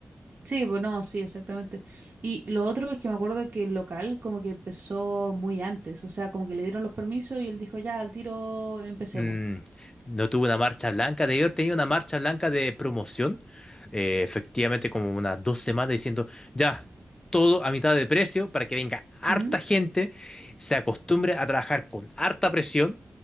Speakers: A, on the right; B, on the left.
A: sí, pues no, sí, exactamente. Y lo otro es que me acuerdo que el local como que empezó muy antes, o sea, como que le dieron los permisos y él dijo, ya, al tiro empecemos.
B: Mm, no tuve una marcha blanca. Debí haber tenido una marcha blanca de promoción. eh, efectivamente, como unas dos semanas diciendo, ya, todo a mitad de precio para que venga harta
A: Ujú.
B: gente, se acostumbre a trabajar con harta presión.